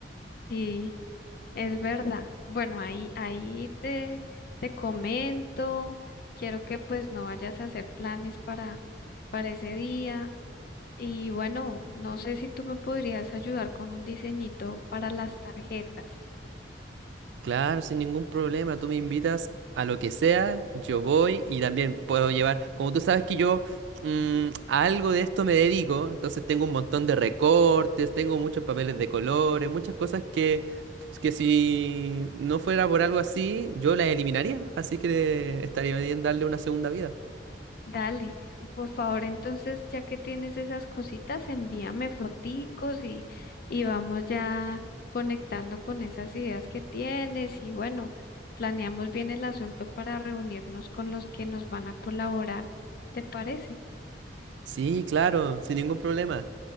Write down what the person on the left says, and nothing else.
Sí, es verdad. Bueno, ahí, ahí te, te comento. Quiero que pues no vayas a hacer planes para, para ese día Y bueno, no sé si tú me podrías ayudar con un diseñito para las tarjetas.
Dale, por favor, entonces, ya que tienes esas cositas, envíame foticos y, y vamos ya conectando con esas ideas que tienes. Y bueno, planeamos bien el asunto para reunirnos con los que nos van a colaborar. ¿Te parece?